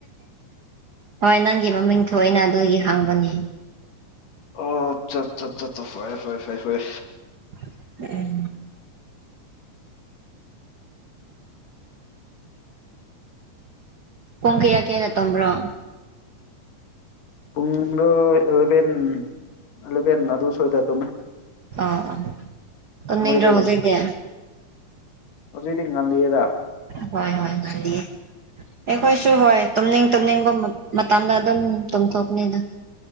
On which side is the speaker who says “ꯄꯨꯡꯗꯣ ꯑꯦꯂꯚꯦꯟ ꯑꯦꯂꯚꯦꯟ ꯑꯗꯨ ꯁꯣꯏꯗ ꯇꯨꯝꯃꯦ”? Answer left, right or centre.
Left